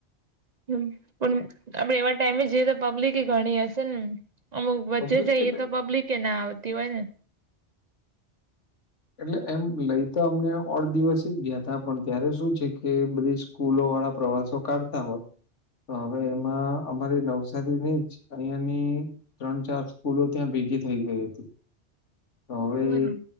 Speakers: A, on the right; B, on the left.
A: હ પણ આપડે એવા ટાઈમે જઈએ તો પબ્લિક એ ગણી હશે ને? અમુક વચ્ચે
B: પબ્લિક
A: જઈએ
B: એટલે
A: તો પબ્લિકે ના આવતી હોય ને.
B: એટલે એમ લઈ તો અમને અઢ દિવસ જ ગયા તા પણ ત્યારે શું છે કે બધી સ્કૂલો વાળા પ્રવાસો કાઢતા હોત. તો હવે એમાં અમારી નવસારીની જ અહિયાંની ત્રણ ચાર સ્કૂલો ત્યાં ભેગી થઈ ગઈ હતી. તો હવે
A: બરોબર